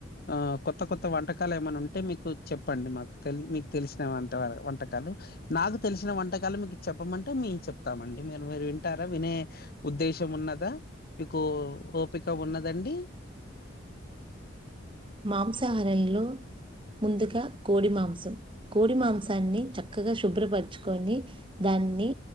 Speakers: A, on the left; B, on the right.
A: ఆ కొత్త కొత్త వంటకాలు ఏమైనా ఉంటే మీకు చెప్పండి మాకు తె మీకు తెలిసిన వంట వంటకాలు నాకు తెలిసిన వంటకాలు మీకు చెప్పమంటే మీ మేం చెప్తామండి మీరు మీరు వింటారా వినే ఉద్దేశం ఉన్నదా మీకు ఓపిక ఉన్నదండి
B: మాంసాహారంలో ముందుగా కోడి మాంసం కోడి మాంసాన్ని చక్కగా శుభ్రపరచుకొని దా అన్ని